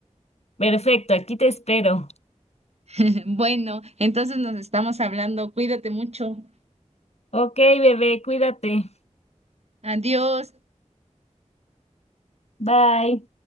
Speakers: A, on the left (about 55°); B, on the right (about 55°).
A: Perfecto, aquí te espero.
B: <laughs> Bueno, entonces nos estamos hablando. Cuídate mucho.
A: Ok, bebé, cuídate.
B: Adiós.
A: Bye.